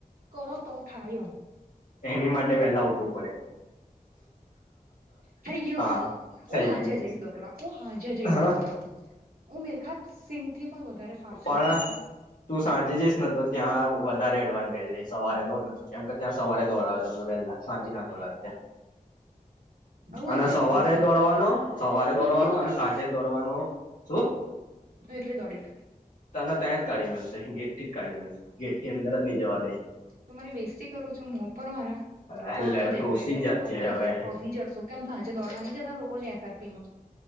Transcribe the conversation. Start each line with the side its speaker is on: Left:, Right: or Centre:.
Right: કરો તો થાય હ.
Left: એની માટે વેલા ઉઠવું પડે.
Right: થઈ ગયું
Left: હા
Right: હું
Left: થઈ
Right: હાજે
Left: ગયું
Right: જઈશ. દોડવા હું હાજે જઈશ
Left: હા
Right: દોડવા હું મિલખાત સિહ થી પણ વધારે ફાસ્ટ
Left: પણળ
Right: દોડીશ
Left: તું સાંજે જઈશ નને તો ત્યાં વધારે એડવાન્ટેજ રહી સવારે દોડને કેમ કે ત્યાં સવારે દોડાવ તમને વેલા. સાંજના દોળ્યા ત્યાં.
Right: હું
Left: અને
Right: એકલી
Left: સવારે
Right: દોડીશ હું
Left: દોડવાનો સવારે
Right: હું
Left: દોડવાનો
Right: એકલી દોડીશ
Left: અને સાંજે. દોડવાનો શું.
Right: હું એકલી દોડી.
Left: તને ત્યાં જ કાઢી મે મળશે ગેટ થી જ કાઢી મળશે ગેટ ની અંદર જ નહી જવા દે.
Right: તો મારી બેજતી કરું છું મો પર મારા
Left: એટલે
Right: આપ તુ દેખ
Left: પ્રોસીજર
Right: બેઠા આપ
Left: છે
Right: તુ
Left: હવે
Right: દેખ પ્રોસીજર છું કેમ સાજ. દોડવા નઇ જતા લોકો એ ફઆરપીમાં.